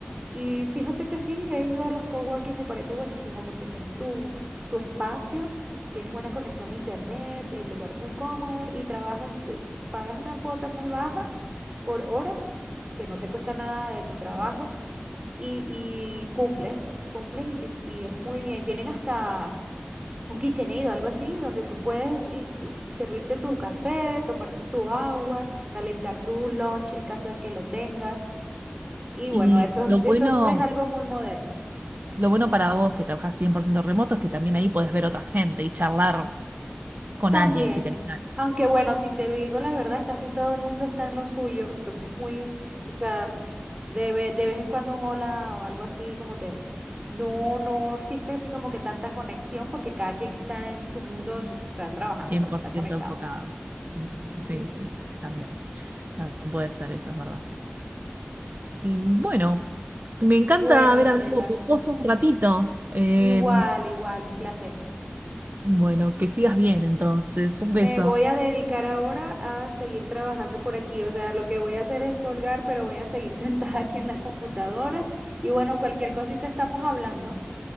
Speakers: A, on the right; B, on the right.
A: Y fíjate que sí, he ido a los coworking, me parece buenísimo porque tienes tu, tu espacio, tienes buena conexión a internet, el lugar es muy cómodo y trabajas, que- pagas una cuota muy baja por horas, que no te cuesta nada de tu trabajo y, y cumples, cumples y, te- y es muy bien. Tienen hasta un KitchenAid o algo así, donde tú puedes eh, eh, servirte tu café, tomarte tu agua, calentar tu lunch en caso de que lo tengas. Y bueno,
B: Y
A: eso,
B: lo
A: eso
B: bueno,
A: es algo muy moderno.
B: lo bueno para vos que trabajás 100% remoto es que también ahí podés ver otra gente y charlar con
A: También,
B: alguien si tenés ganas.
A: aunque bueno, si te digo la verdad, casi todo el mundo está en lo suyo, entonces muy, o sea, de, ve- de vez en cuando un hola o algo así, como que no, no existe así como que tanta conexión porque cada quien está en su mundo, su- está trabajando,
B: cien
A: pues
B: por
A: está
B: ciento
A: conectado.
B: enfocados. Ujú.
A: Ujú.
B: Sí, sí, también. También puede ser eso, es verdad. Eh, bueno, me encanta
A: Bueno,
B: haber
A: Anabela
B: hablado con vos un ratito. Eh,
A: igual, igual, un placer.
B: bueno, que sigas bien entonces. Un
A: Me
B: beso.
A: voy a dedicar ahora a seguir trabajando por aquí. O sea, lo que voy a hacer es colgar, pero voy a seguir <laughs> sentada aquí en la computadora. Y bueno, cualquier cosita estamos hablando.